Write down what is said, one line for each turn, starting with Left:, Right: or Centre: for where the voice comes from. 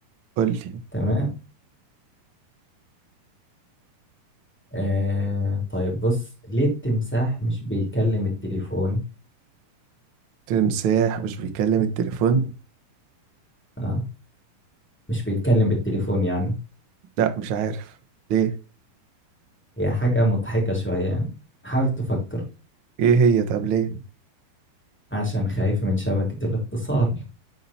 Right: قول لي
Centre: تمام آه طيب بص ليه التمساح مش بيكلم التليفون
Right: تمساح مش بيكلم التليفون
Centre: آه مش بيتكلم بالتليفون يعني
Right: لا مش عارف ليه
Centre: هي حاجة مضحكة شوية يعني حاول تفكر
Right: ايه هي طب ليه
Centre: عشان خايف من شبكة الاتصال